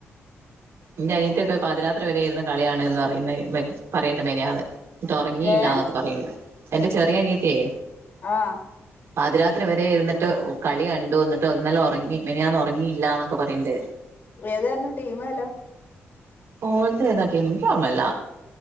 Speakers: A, on the right; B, on the left.
A: ഇന്റെ അനിയത്തിക്കെ പാതിരാത്രി വരെെയിരുന്ന് കളിയാണ് ന്ന് പറയുന്ന് പറയ്ണ്ട് മിനിയാന്ന് ന്നട്ട് ഒറങ്ങില്ല
B: ഏഹ്
A: ന്നൊക്കെ പറയ്ണ്ട് എന്റെ ചെറിയ അനിയത്തിയേ
B: ആഹ്
A: പതിരാത്രി വരെ ഇരുന്നിട്ട് കളി കണ്ടു ന്നട്ട് ഇന്നലെ ഒറങ്ങി മിനിയാന്ന് ഒറങ്ങിയില്ലാന്നൊക്കെ പറയ്ണ്ട്
B: ഏതായിരുന്നു ടീം മ് ല്ലോ
A: ഓൾത് ഏതാ ടീമ് ഇന്ക്ക് ഓർമ്മല്ല